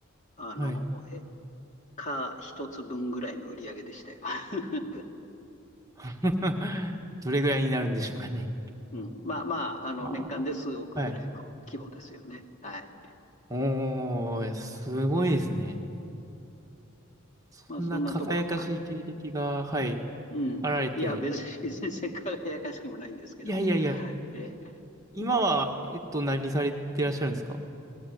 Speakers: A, on the left; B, on the right.
A: あの、
B: はい。
A: え、か一つ分ぐらいの売り上げでしたよ。<laughs>
B: <laughs> どれぐらいになるんでしょうかね。
A: うん、まあまあ、あの、
B: ああ。
A: 年間で数億ぐらいの規模ですよね。
B: はい。
A: はい。
B: おー、すごいですね。そんな輝かしい経歴が、
A: まあ、そんなところが、
B: はい、
A: うん。
B: あられて。
A: いや、別に <laughs> 全然輝かしくもないんですけども、
B: いやいやいや、
A: ええ
B: 今は、えっと、何されてらっしゃるんですか